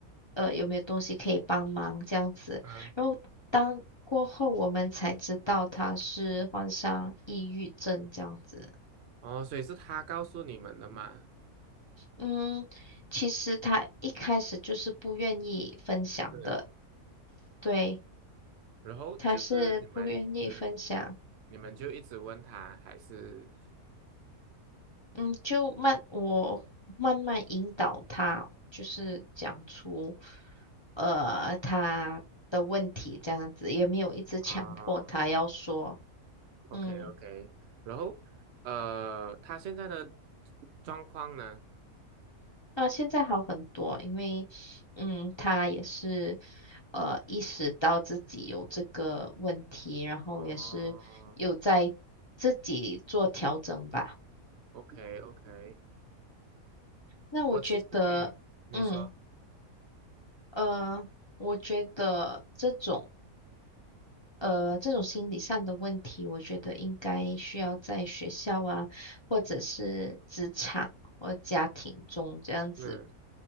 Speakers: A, on the left; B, on the right.
A: 呃，有没有东西可以帮忙这样子。
B: 嗯，
A: 然后当过后，我们才知道他是患上抑郁症这样子。
B: 哦，所以是他告诉你们的嘛？
A: 嗯，其实他一开始就是不愿意分享的，
B: 是，
A: 对，
B: 然后就是你们只
A: 他是不愿意分享。
B: 你们就一直问他，还是
A: 嗯，就慢，我慢慢引导他，就是讲出，呃，他的问题这样子，也没有一直强迫他要说，
B: 哦，OK，OK
A: 嗯，
B: OK，OK，然后呃，他现在的状况呢？
A: 那现在好很多，因为，嗯，他也是，呃，意识到自己有这个问题，然后也是有在自己做调整吧。
B: 哦，OK OK，
A: 那我觉得，
B: 我其实，嗯，你说，
A: 嗯，呃，我觉得这种。呃，这种心理上的问题，我觉得应该需要在学校啊，或者是职场或家庭中这样子，
B: 嗯